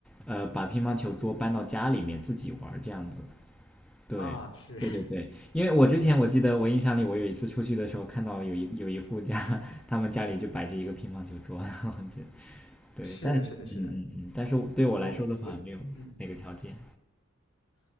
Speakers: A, in the centre; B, on the left.
A: 呃，把乒乓球桌搬到家里面自己玩儿这样子。对，
B: 啊。是
A: 对对对，因为我之前我记得我印象里，我有一次出去的时候看到有一有一户家，他们家里就摆着一个乒乓球桌，<laughs> 然后就
B: <laughs>
A: 对，
B: 是的，
A: 但嗯嗯嗯，
B: 是的，是的，
A: 但是对我来说的话，
B: 我我嗯，
A: 没有那个条件。